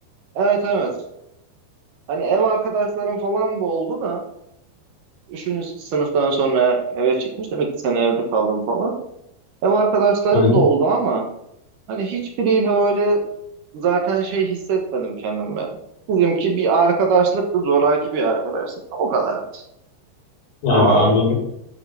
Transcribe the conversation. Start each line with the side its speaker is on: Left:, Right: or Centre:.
Right: evet evet. Hani ev arkadaşlarım falan da oldu da 3. sınıftan sonra eve çıkmıştım. 2 sene evde kaldım falan. Ev arkadaşlarım
Left: Hı hı.
Right: da oldu ama hani hiçbiriyle öyle zaten şey hissetmedim kendimi. Bizimki bir arkadaşlıktı, zoraki bir arkadaşlık. O kadar.
Left: Ha,
Right: Ama
Left: anladım.